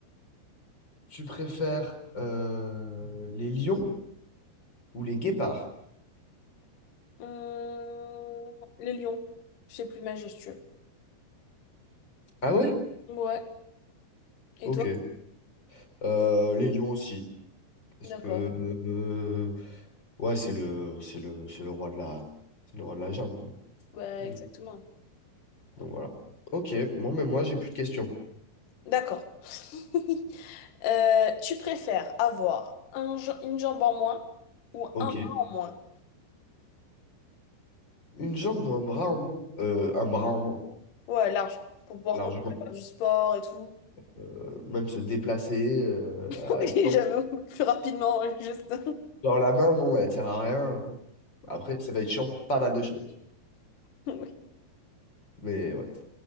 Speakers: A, on the left; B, on the left.
A: tu préfères euh, les lions ou les guépards?
B: Hum, les lions. C'est plus majestueux.
A: Ah ouais?
B: Ouais. Et
A: Ok.
B: toi?
A: Euh, les lions aussi. Parce
B: D'accord.
A: que euh, Ouais, c'est le, c'est le, c'est le roi de la, c'est le roi de la jungle, quoi.
B: Bah,
A: Mmh.
B: exactement.
A: Donc voilà. Ok, bon, mais moi, j'ai plus de questions.
B: D'accord. <laughs> Euh, tu préfères avoir un, ja- une jambe en moins ou
A: Ok.
B: un bras en moins?
A: Une jambe ou un bras en moins? Euh, un bras en moins,
B: Ouais, large. Pour pouvoir
A: largement.
B: continuer à faire du sport et tout.
A: Euh, même se déplacer, euh,
B: <laughs> et
A: sans,
B: j'avoue. Plus rapidement, juste.
A: sans la main, bon, elle sert à rien. Après, ça va être chiant pour pas mal de choses.
B: <laughs>
A: Mais ouais.